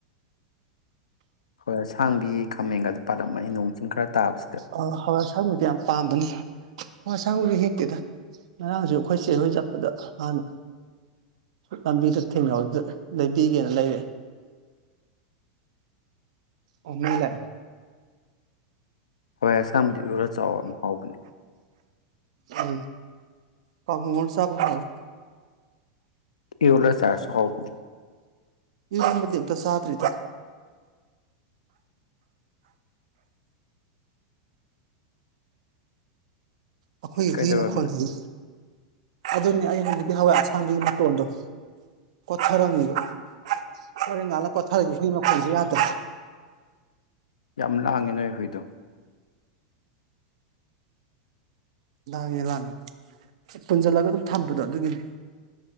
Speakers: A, on the left; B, on the right.
A: ꯍꯣꯏ ꯑꯁꯥꯡꯕꯤ ꯈꯥꯃꯦꯟꯒ ꯑꯗꯨ ꯄꯥꯜꯂꯝꯃꯅꯤ ꯅꯣꯡ ꯆꯤꯡ ꯈꯔ ꯇꯥꯕꯁꯤꯗ
B: ꯑ ꯍꯋꯥꯏꯁꯔꯥꯡꯕꯨꯗꯤ ꯌꯥꯝ ꯄꯥꯝꯕꯅꯤ ꯍꯥꯢ ꯑꯁꯥꯡꯕꯒꯤ ꯍꯦꯛꯇꯦꯗ ꯉꯔꯥꯡꯁꯨ ꯑꯩꯈꯣꯏ ꯆꯦ ꯍꯣꯏ ꯆꯠꯄꯗ ꯃꯥꯅ ꯂꯝꯕꯤꯗ ꯊꯦꯡꯅꯕꯗ ꯂꯩꯕꯤꯒꯦꯅ ꯂꯩꯔꯑꯦ ꯑꯣꯃꯩ ꯂꯥꯛꯑꯦ
A: ꯍꯣꯏ ꯑꯁꯥꯝꯗꯤ ꯂꯣꯔ ꯆꯥꯎ ꯍꯥꯎꯕꯅꯤ
B: ꯎꯝ ꯀꯥꯡꯉꯧ ꯉꯧꯔ ꯆꯥꯕꯗꯤ ꯍꯥꯎꯕꯅꯤ
A: ꯏꯔꯣꯂ ꯆꯥꯔꯁꯨ ꯍꯥꯎꯕꯅꯤ
B: ꯏꯝꯕꯗꯤꯛꯇ ꯆꯥꯗꯔꯤꯗ ꯑꯩꯈꯣꯏꯒꯤ
A: ꯀꯩꯗꯧꯔꯝꯃꯤꯅꯣ
B: ꯍꯨꯢ ꯃꯈꯣꯜꯒꯤ ꯑꯗꯨꯅꯦ ꯑꯩ ꯍꯧꯖꯤꯛꯇꯤ ꯍꯋꯥꯏ ꯑꯁꯥꯡꯕꯒꯤ ꯃꯇꯣꯟꯗꯣ ꯀꯣꯊꯔꯝꯃꯤꯕ ꯍꯣꯔꯦꯟ ꯉꯥꯜꯂ ꯀꯣꯊꯔꯒꯦ ꯍꯨꯏ ꯃꯈꯣꯟꯁꯦ ꯌꯥꯗ꯭ꯔꯦ
A: ꯌꯥꯝ ꯂꯥꯡꯉꯤ ꯅꯣꯏ ꯍꯨꯏꯗꯣ
B: ꯂꯥꯡꯉꯦ ꯂꯥꯡꯉꯤ ꯄꯨꯟꯁꯤꯜꯂꯒ ꯑꯗꯨꯝ ꯊꯝꯕꯗꯣ ꯑꯗꯨꯒꯤꯅꯤ